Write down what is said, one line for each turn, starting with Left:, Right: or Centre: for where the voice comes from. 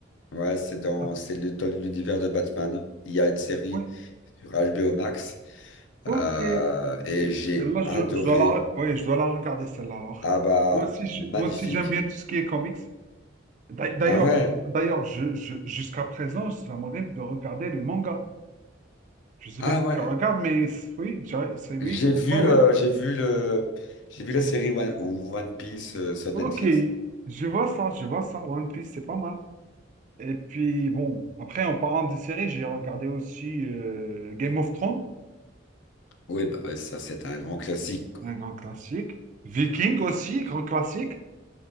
Left: Ouais, c'est dans,
Right: Ah,
Left: c'est le- dans l'univers de Batman. Il y a une série
Right: ouais.
Left: sur HBO Max,
Right: Ok.
Left: euh, et j'ai
Right: Celle-là, je,
Left: adoré.
Right: je dois la, re- oui, je dois la regarder, celle-là, alors.
Left: Ah bah,
Right: Moi aussi, je-
Left: magnifique.
Right: moi aussi, j'aime bien tout ce qui est comics. D'a- D'ailleurs,
Left: Ah ouais,
Right: d'ailleurs, je, je- jusqu'à présent, ça m'arrive de regarder les mangas. Je sais
Left: ah
Right: pas si
Left: ouais.
Right: tu regardes, mais c- oui, j'ai- c'est oui,
Left: J'ai
Right: c'est-
Left: vu,
Right: ah, oui.
Left: euh, j'ai vu le, j'ai vu la série One, One Piece euh, sur
Right: Ok,
Left: Netflix.
Right: je vois ça, je vois ça. One Piece, c'est pas mal. Et puis bon, après en parlant de séries, j'ai regardé aussi euh, Game of Thrones,
Left: Oui, bah ouais, ça c'est un grand classique, quoi.
Right: un grand classique. Viking aussi, grand classique.